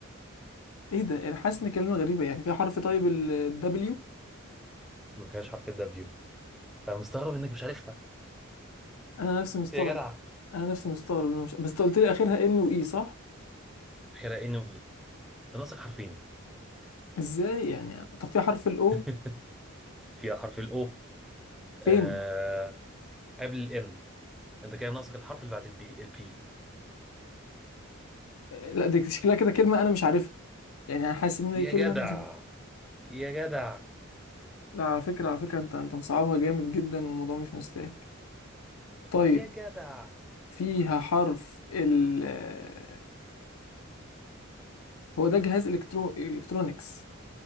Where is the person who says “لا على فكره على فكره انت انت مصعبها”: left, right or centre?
Left